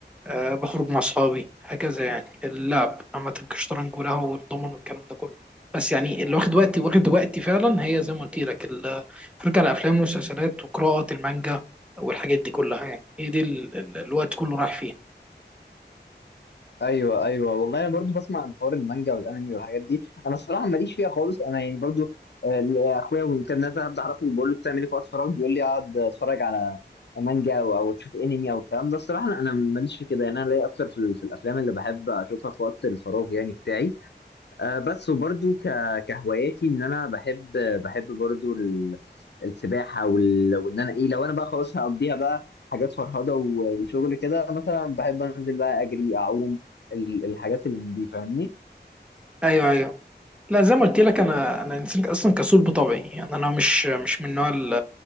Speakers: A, in the centre; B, on the left.
A: أه بخرج مع أصحابي هكذا يعني اللعب عامة كشطرنج وله والضمن والكلام ده كله بس يعني اللي واخد وقتي واخد وقتي فعلا هي زي ما قلت لك ال- الفرجة على أفلام ومسلسلات وقراءة المانجا والحاجات دي كلها يعني هي دي ال- ال- الوقت كله رايح فيها
B: ايوه ايوه والله انا برضو بسمع عن حوار المانجا والانمي والحاجات دي انا الصراحه ماليش فيها خالص انا يعني برضو آه، اخويا وكان ناس حد اعرفه بقول له بتعمل ايه في وقت فراغ بيقول لي اقعد اتفرج على مانجا او أو تشوف انمي او الكلام ده الصراحه انا أنا ماليش في كده يعني انا ليا اكتر في, ال- في الافلام اللي بحب اشوفها في وقت الفراغ يعني بتاعي آه، بس وبرضو ك- كهواياتي ان انا بحب بحب برضو ال- السباحه وال... وان انا ايه لو انا بقى خلاص هقضيها بقى حاجات فرهضه و- وشغل كده مثلا بحب انزل بقى اجري اعوم ال- الحاجات اللي من دي فاهمني
A: أيوه أيوه لا زي ما قلت لك انا انا انسان اصلا كسول بطبعي يعني انا مش مش من نوع ال-